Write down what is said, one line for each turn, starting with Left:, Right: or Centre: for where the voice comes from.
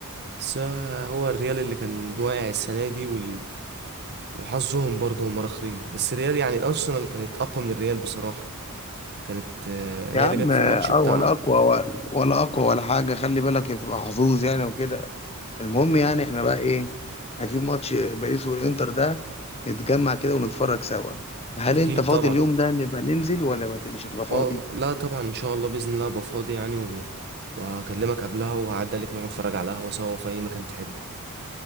Right: بس هو الريال اللي كان واقع السنة دي وال... وحظهم برضه هم راخرين بس الريال يعني الارسنال كانت اقوى من الريال بصراحة كانت آه،
Left: يا
Right: هي
Left: عم
Right: اللي جت
Left: اه
Right: في الماتش بتاع
Left: ولا اقوى ولا ولا اقوى ولا حاجه خلي بالك بتبقى حظوظ يعني وكده المهم يعني احنا بقى ايه هنجيب ماتش باريس والانتر ده نتجمع كده ونتفرج سوا هل
Right: اكيد
Left: انت فاضي
Right: طبعا
Left: اليوم ده نبقى ننزل ولا ما ت- مش هتبقى فاضي
Right: اه لا طبعا ان شاء الله باذن الله ابقى فاضي يعني و... وهكلمك قبلها وهعدي عليك نقعد نتفرج على القهوة سوا في اي مكان تحبه